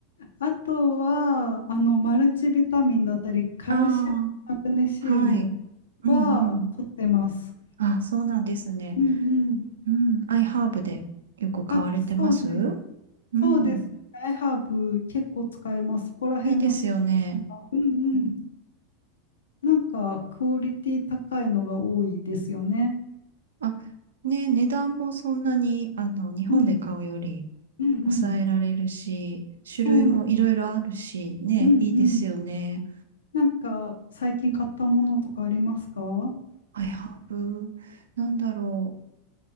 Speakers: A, on the left; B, on the right.
A: あとは、あの、マルチビタミンだったり、カルシウム、
B: ああ、
A: マグネシウム
B: はい。うんうん。
A: は取ってます。
B: あ、そうなんですね。
A: うんうん。
B: うん。アイハーブでよく買われてます
A: あ、そうです。
B: うん。
A: そうです。アイハーブ結構使えます。そこら辺のさ、
B: いいですよね。
A: うんうん。
B: うん
A: なんかクオリティ高いのが多いですよね。
B: あ、ね、値段もそんなに、あの、日本で買うより
A: うん。うんうん。
B: 抑えられるし、
A: そうなんですよ。
B: 種類もいろいろあるし、ね、
A: うんうん。
B: いいですよね。
A: なんか最近買ったものとかありますかう
B: アイハーブ、なんだろう。